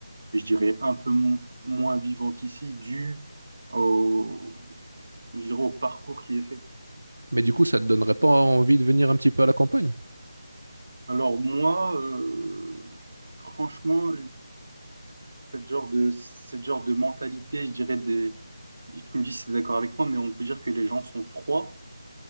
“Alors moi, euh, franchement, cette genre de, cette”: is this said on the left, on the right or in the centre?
Right